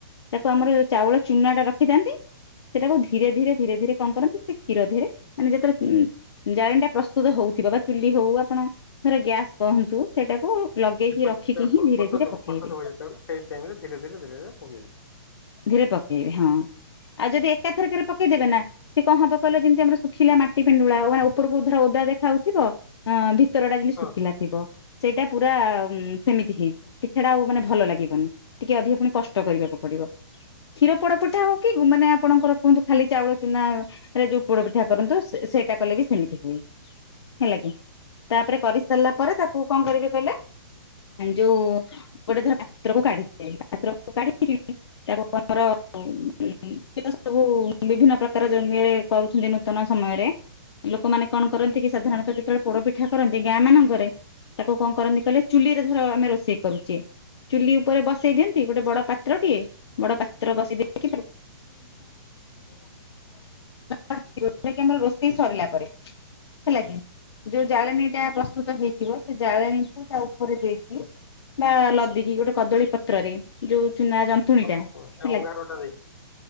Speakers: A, on the left; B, on the left.
A: ତାକୁ ଆମର ଯୋଉ ଚାଉଳ ଚୁନା ଟା ରଖିଥାନ୍ତି ସେଇଟାକୁ ଧୀରେ ଧୀରେ ଧୀରେ ଧୀରେ କଣ କରନ୍ତି ସେ କ୍ଷୀର ଦିହରେ ମାନେ ଯେ ଜାଳେଣି ଟା ପ୍ରସ୍ତୁତ ହଉଥିବା ବା ଚୁଲି ହଉ ଆପଣ ଧର ଗ୍ୟାସ୍ କହନ୍ତୁ ସେଇଟାକୁ ଲଗେଇକି
B: ଫଟୋ
A: ରଖିକି ହିଁ ଧୀରେ ଧୀରେ
B: ସବୁ
A: ପକେଇବେ।
B: ଫଟୋ ସବୁ ଯେତେବେଳେ ସେଇ ଟାଇମିରେ ଧୀରେ ଧୀରେ ଧୀରେ ଧୀରେ ପକେଇବି।
A: ଧୀରେ ପକେଇବେ ହଁ ଆଉ ଯଦି ଏକାଥରକରେ ପକେଇଦେବେ ନା ସେ କଣ ହବ କହିଲ ଯେମିତି ଆମର ଶୁଖିଲା ମାଟି ପେଣ୍ଡୁଳା ହଉ ମାନେ ଉପରକୁ ଧର ଓଦା ଦେଖା ହାଉଥିବ ଅ ଭି ଉତରଟା ଯେମିତି
B: ହଁ
A: ଶୁକିଲା ଥିବ। ସେଇଟା ପୁରା ସେମିତି ହେଇଯିବ ପିଠାଟା ଆଉ ମାନେ ଭଲ ଲାଗିବନି ଟିକେ ଅଧିକ ପୁଣି କଷ୍ଟ କରିବାକୁ ପଡିବ କ୍ଷୀର ପୋଡପିଟା ହଉ କି ମାନେ ଆପଣଙ୍କର କୁହନ୍ତୁ ଖାଲି ଚାଉଳ ଚୁନା ରେ ଯୋଉ ପୋଡ ପିଠା କରନ୍ତୁ ସେଇଟା କଲେ ବି ସେମିତି ହୁଏ। ହେଲା କି ତାପରେ କରିସାରିଲା ପରେ ତାକୁ କଣ କରିବେ କଇଲେ ହେ ଯୋଉ ଗୋଟେ ଧର ପାତ୍ରକୁ କାଢି <unintelligible> <unintelligible> <unintelligible> ସବୁ ବିଭିନ୍ନ ପ୍ରକାରରେ <unintelligible> କରୁଛନ୍ତି ନୂତନ ସମୟରେ ଲୋକମାନେ କଣ କରନ୍ତି କି ସାଧାରଣତଃ ଯେତେବେଳେ ପୋଡପିଠା କରନ୍ତି ଗାଁ ମାନଙ୍କରେ ତାକୁ କଣ କରନ୍ତି କହିଲେ ଚୁଲି ରେ ଧର ଆମେ ରୋଷେଇ କରୁଚେ। ଚୁଲି ଉପରେ ବସେଇ ଦିଅନ୍ତି ଗୋଟେ ବଡ ପାତ୍ର ଟେ ବଡ ପାତ୍ର ବସି ଦେଇକି <unintelligible> ଆମର ରୋଷେଇ ସରିଲା ପରେ ହେଲା କି? ଯୋଉ ଜାଳେଣୀ ଟା ପ୍ରସ୍ତୁତ ହେଇଥିବ ସେ ଜାଳେଣୀକୁ ତା ଓପରେ ଦେଇକି ବା ଲଦିକି ଗୋଟେ କଦଳୀ ପତ୍ରରେ ଯୋଉ ଚୁନା ଯନ ନ୍ତୁଣି
B: ଅବଶ୍ୟ
A: ଟା
B: ସେ
A: ହେଲା
B: ଅଙ୍ଗାରଟା ଦେଇକି